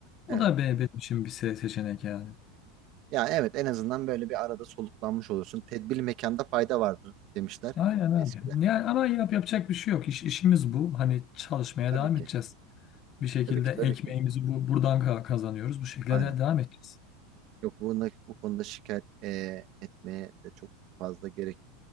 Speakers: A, on the left (about 30°); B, on the right (about 40°).
A: O
B: Evet.
A: da be- benim için bir se- seçenek yani.
B: Ya evet en azından böyle bir arada soluklanmış olursun. Tedbirli mekanda fayda vardır demişler
A: Aynen abi.
B: eskiler.
A: Yani ama yap yapacak bir şey yok. İş, işimiz bu. Hani çalışmaya
B: Tabii
A: devam
B: ki.
A: edeceğiz. Bir şekilde
B: Tabii ki tabii
A: ekmeğimizi
B: ki.
A: bu, buradan ka- kazanıyoruz. Bu şekilde
B: Aynen.
A: de devam edeceğiz.
B: Yok bunda, bu konuda şikayet e, etmeye de çok fazla gerek